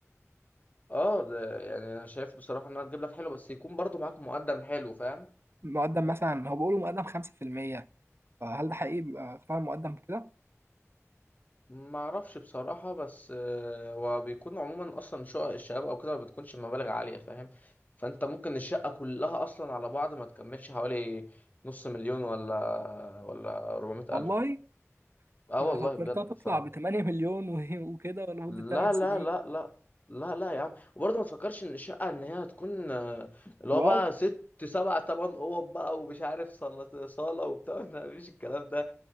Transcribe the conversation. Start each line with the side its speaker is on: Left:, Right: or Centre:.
Left: اه ده يعني انا شايف بصراحه انها تجيب لك حلو بس يكون برضو معاك مقدم حلو فاهم
Right: مقدم مثلا هو بيقولوا مقدم 5% فهل ده حقيقي بيبقى فعلا مقدم كده؟
Left: ما اعرفش بصراحه بس آه، وبيكون عموما اصلا شقق الشباب او كده ما بتكونش مبالغ عاليه فاهم فانت ممكن الشقه كلها اصلا على بعض ما تكملش حوالي نص مليون ولا ولا 400
Right: والله
Left: الف اه
Right: انا
Left: والله
Right: فكرتها
Left: بجد
Right: تطلع
Left: ف
Right: ب 8 مليون و- <laughs> وكده لمده
Left: لا
Right: 8 سنين
Left: لا لا لا لا لا يا عم وبرضه ما تفكرش ان الشقه ان هي هتكون آه، اللي هو
Right: واو
Left: بقى ست سبع تمن اوض بقى ومش عارف صالة صالة وبتاع <laughs> لا مفيش الكلام ده